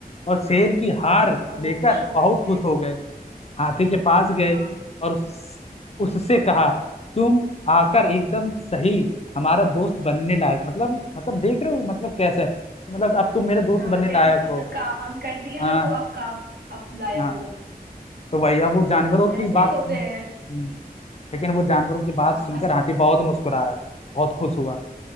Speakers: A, on the left; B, on the right.
A: और शेर की हार
B: अब
A: लेकर
B: वो खुश हो
A: बहुत
B: गए होंगे
A: खुश हो गए हाथी के पास गए
B: हाँ
A: और उस, उससे कहा तुम आकर एकदम सही हमारा दोस्त बनने लायक मतलब मतलब देख रहे हो मतलब कैसा है मतलब अब तुम मेरे दोस्त
B: हाँ
A: बनने
B: कि
A: लायक
B: अब अब
A: हो
B: जब काम कर दिया
A: हाँ
B: तो अब काम अब लायक
A: हाँ
B: हो
A: तो वही अब वो जानवरों
B: हम्म,
A: की
B: ऐसे
A: बात
B: ही होते
A: सुन
B: हैं
A: हम्म, लेकिन वो जानवरों की बात
B: हम्म,
A: सुनकर
B: अस,
A: हाथी बहुत मुस्कुराया बहुत खुश हुआ